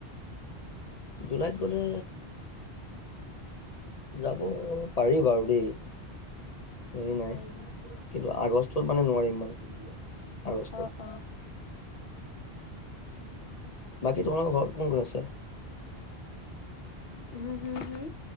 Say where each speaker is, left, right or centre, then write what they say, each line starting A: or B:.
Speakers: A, on the left (about 50°); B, on the left (about 65°).
A: জুলাইত গ'লে যাব পাৰি বাৰু দেই। হেৰি নাই
B: পাই নি
A: কিন্তু আগষ্টত মানে নোৱাৰিম মানে যদি যোৱা আগষ্টত।
B: অহ অহ
A: বাকী তোমালোকৰ ঘৰত কোন কোন আছে?
B: উম হম হম